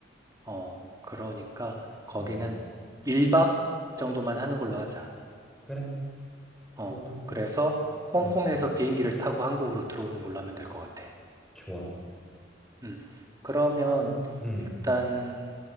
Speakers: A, on the right; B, in the centre.
A: 어, 그러니까 거기는
B: 음,
A: 1박 정도만 하는 걸로 하자.
B: 그래. 그리고,
A: 어, 그래서 홍콩에서
B: 음,
A: 비행기를 타고 한국으로 들어오는 걸로 하면 될 것 같아.
B: 좋아.
A: 음, 그러면
B: 일단, 음,
A: 일단